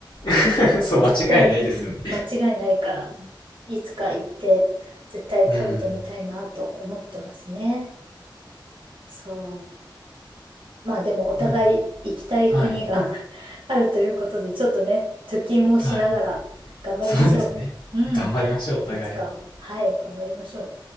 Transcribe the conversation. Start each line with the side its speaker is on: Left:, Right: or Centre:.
Left: <laughs> そう、
Right: 絶対、
Left: 間違いないですよね。
Right: うん、間違いないから。いつか行って、絶対食べてみたいなぁと思ってますね。
Left: <laughs> うん。
Right: そう。まあでもお互い行きたい国が
Left: いいな。はい。
Right: <laughs> あるということで、ちょっとね、貯金もしながら頑張りましょう。
Left: はい。そうですね。
Right: うん。
Left: 頑張りましょう、お互い。
Right: いつか。はい、頑張りましょう。